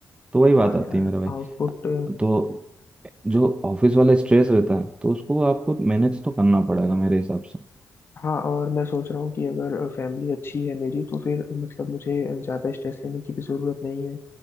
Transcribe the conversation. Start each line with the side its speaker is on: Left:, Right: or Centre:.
Right: तो वही बात
Left: हाँ
Right: आती
Left: यार
Right: है मेरे भाई
Left: आउटपुट
Right: तो जो ऑफिस वाला स्ट्रेस रहता है तो उसको आपको मैनेज तो करना पड़ेगा मेरे हिसाब से
Left: हाँ और मैं सोच रहा हूँ कि अगर फैमिली अच्छी है मेरी तो फिर मतलब मुझे ज़्यादा स्ट्रेस लेने की भी ज़रूरत नहीं है